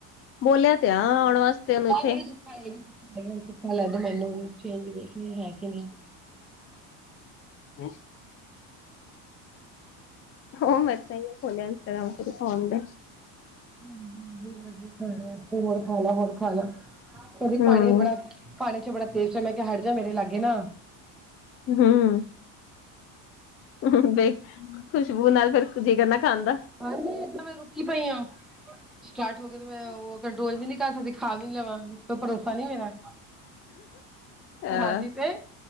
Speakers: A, on the left; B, in the centre.
A: ਬੋਲਿਆ ਤੇ ਆ ਆਉਣ ਵਾਸਤੇ ਉਹਨੂੰ
B: ਲ
A: ਇੱਥੇ
B: ਜਿਹੜ ਸੁੱਖਾ ਇਹ ਵੀ ਪਿੱਛ ਸੁ ਹਾਂ ਲੈਦੋ ਮੈਨੂੰ ਵੀ ਚੇਂਜ ਵੇਖ ਹੈਗੇ ਨੇ
A: ਹਮ ਹੋ ਮਸਾਂ ਖੋੱਲਿਆ ਇੰਸਟਾਗ ਫਡ
B: ਹਾਂਜੀ ਵੀ ਲੱ ਖਾ ਹੋਣ ਖਾ ਲਾ ਹੋਣ ਖਾਾ ਕਦੀ
A: ਹੂੰ-ਹੂੰ
B: ਪਾਣੀ ਬੜਾ ਪਾਣੀ ਚ ਬੜਾ ਟ ਟੇਸਟ ਹੈ ਮੈਂ ਕਿਹਾ ਹੜ ਜ ਜਾ ਮੇਰੇ ਲਾਗੇ ਨਾ
A: ਹਮ ਹ ਬ ਖੁਸ਼ਬੂ ਨਾਲ ਫੇਿਰ ਜੇ ਕਰਨਾ ਖਾਂਣਦਾ
B: ਹਾਂਜੀ ਦ ਮੈਂ ਰੁਕੀ ਪਈ ਆ ਸਟਾਰਟ ਹੋ ਕੇ ਤੇ ਮੈਂ ਉਹ ਕੰਟਰੋਲ ਵੀ ਨੀ ਕਰ ਸਕਦੀ ਖਾ ਵੀ ਨੀ ਲਵਾਂ ਕੋਈ ਭਰੋਸਾ ਨੀ ਮੇਰਾ
A: ਅਹ
B: ਹਾਂਜੀ ਤੇ